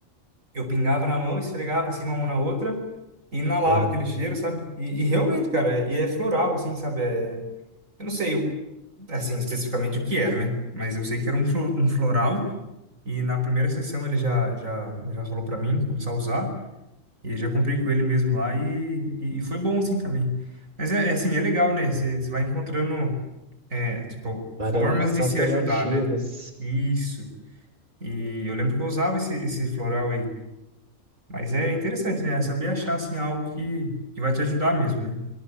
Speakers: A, on the right; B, on the right.
A: eu pingava na mão, esfregava assim uma mão na outra e inalava
B: Aham.
A: aquele cheiro, sabe? E, e realmente, cara, é- e é floral, assim, sabe? É, eu não sei, assim, especificamente o que era, né? Mas eu sei que era um, flo- um floral e na primeira sessão ele já, já, já falou pra mim começar a usar e eu já comprei com ele mesmo lá e, e, e foi bom, assim, também. Mas é, é assim, é legal, né? Você você vai encontrando, é, tipo,
B: Bom, Várias
A: formas de
B: alternativas.
A: se ajudar, né? Isso. E eu lembro que eu usava esse, esse floral aí. Mas é interessante, né? É Saber achar, assim, algo que, que vai te ajudar mesmo, né?